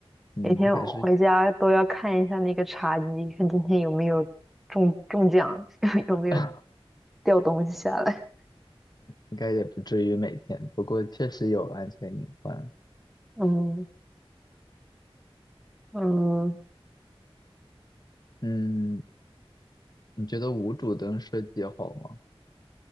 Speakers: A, on the left (about 40°); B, in the centre.
A: 嗯，
B: 每天我回家都要看一下那个茶几，
A: 还是
B: 看今天有没有中中奖，<laughs> 有没有
A: <laughs>
B: 掉东西下来，
A: 应该也不至于每天，不过确实有安全隐患。
B: 嗯。嗯，
A: 嗯，你觉得无主灯设计好吗？